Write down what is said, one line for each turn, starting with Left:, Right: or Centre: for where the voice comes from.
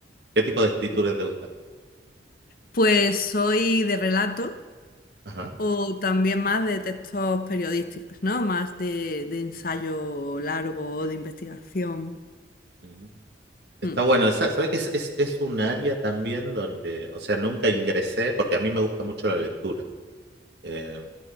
Right: ¿Qué tipo de escritura
Left: sí.
Right: te gusta?
Left: Pues soy de relato.
Right: Ajá.
Left: O también más de textos periodísticos, ¿no? Más de, de ensayo largo, de investigación.
Right: Mm. Está
Left: Mm.
Right: bueno, esa- ¿sabes que es, es, es un área también donde, o sea, nunca ingresé porque a mí me gusta mucho la lectura. Eh,